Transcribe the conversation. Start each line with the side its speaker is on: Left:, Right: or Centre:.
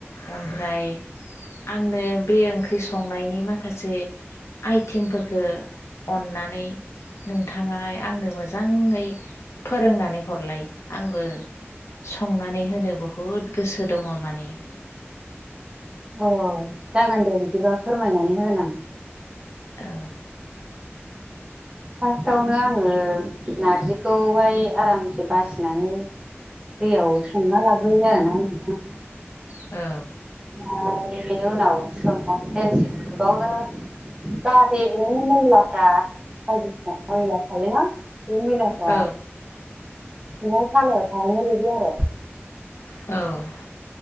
Left: ओमफ्राय आंनो बे ओंख्रि संनायनि माखासे आइटेमफोरखौ अननानै नोंथाङा आंनो मोजाङै फोरोंनानै हरलाय आंबो संनानै होनो बुहुद गोसो दङ माने। <inaudible>
Right: अ जागोन दे बिदिबा फोरमायनानै होगोन आं
Left: ओ <inaudible>
Right: फार्स्टावनो आङो नारजिखौहाय आरामसे बासिनानै दैयाव सोमना लाग्रोयो आरोना नोंथां
Left: औ
Right: ओमफ्राय बेनि उनाव सोंमनानै दोनसिगोन गोबावनो जाहाथे बेनि मैलाफ्रा बायदिसिना मैला थायोना बे मैलाफ्रा
Left: औ
Right: सिंङाव थालायाव थाहैनाय बायदि आरो
Left: औ